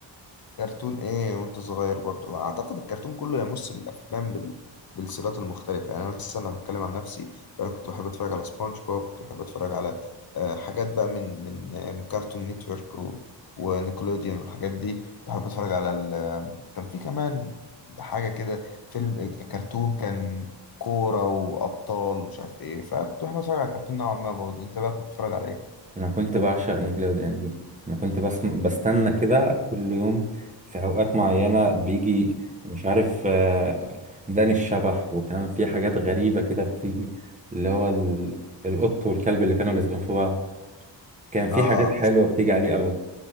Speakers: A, on the left; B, on the right.
A: كرتون ايه وانت صغير برضو اعتقد الكرتون كله يمس بالافلام بال... بالسلسلات المختلفه يعني انا مثلا لو بتكلم عن نفسي فانا كنت بحب اتفرج على سبونج بوب كنت بحب اتفرج على آه، حاجات بقى من من آه، من كارتون نيتورك و... ونيكلوديان والحاجات دي كنت بحب اتفرج على ال... كان في كمان حاجه كده فيلم كرتون كان كوره وابطال ومش عارف ايه فكنت بحب اتفرج على الكرتون نوعا ما برضو انت بقى كنت بتتفرج على ايه
B: أنا كنت بعشق نيكلوديان دي أنا كنت بس بستنى كده كل يوم في أوقات معينة بيجي مش عارف آه، داني الشبح وكان في حاجات غريبة كده بتيجي اللي هو ال- القط والكلب اللي كانوا لازقين في بعض كان في
A: اه
B: حاجات حلوة بتيجي عليه أوي